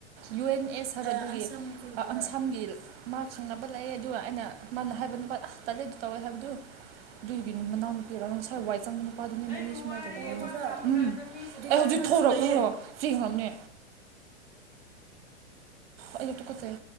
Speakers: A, on the right; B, in the centre.
A: ꯌꯨ ꯑꯦꯟ ꯑꯦꯁ ꯍꯥꯏꯕꯗꯨꯒꯤ ꯑꯟꯁꯥꯝꯒꯤ ꯃꯥꯁꯤꯡꯅ ꯂꯥꯛꯑꯦ ꯑꯗꯨꯒ ꯑꯩꯅ ꯃꯥꯅ ꯍꯥꯏꯕ ꯅꯨꯄꯥ ꯑꯁ ꯇꯠꯂꯦ ꯑꯗꯨ ꯇꯧꯋꯦ ꯍꯥꯏꯕꯗꯨ ꯨꯔꯤꯕꯤꯅꯤ ꯃꯅ ꯄꯦꯔꯅ ꯁ ꯅꯨꯄꯥꯗꯨꯅꯦ
B: ꯑꯩꯕꯨ
A: ꯃꯃꯤ ꯁꯨꯃꯥꯏꯅ
B: ꯋꯥꯔꯤ
A: ꯇꯧꯕ
B: ꯋꯥ ꯉꯥꯡꯕ
A: ꯎꯝ
B: ꯀꯥꯟꯗ ꯃꯤꯕꯨ ꯉꯥꯡꯒꯅꯨ
A: ꯑꯩ ꯍꯧꯖꯤꯛ ꯊꯣꯣ ꯐ꯭ꯔꯤ ꯍꯥꯣꯝꯅꯦ ꯑꯩꯛꯇ ꯀꯠꯆꯩ